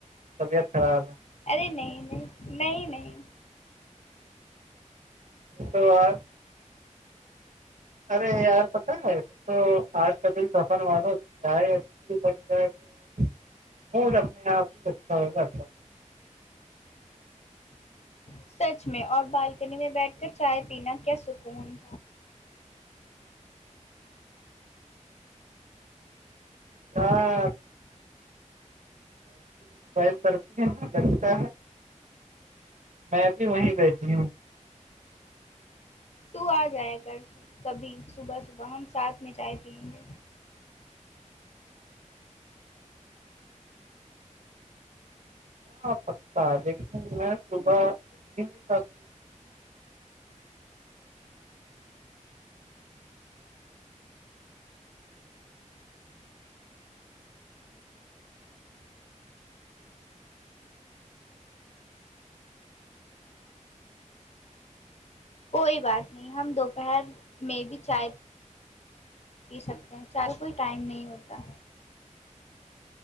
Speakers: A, on the right (about 70°); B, on the left (about 55°).
A: طبیعت خراب ہے
B: ارے نہیں نہیں نہیں نہیں
A: تو ار ارے یار پتہ ہے تو آج کا دن سفر والو <unintelligible> اپنے آپ ہی اچھا ہوگا
B: سچ میں اور بالکنی میں بیٹھ کر چائے پینا کیا سکون
A: ہاں <unintelligible>
B: تو آ جائے کر کبھی صبح صبح ہم ساتھ میں چائے پیئیے گے
A: <unintelligible>
B: کوئی بات نہیں ہم دوپہر میں بھی چائے پی سکتے چاہے کوئی ٹائم نہیں ہوتا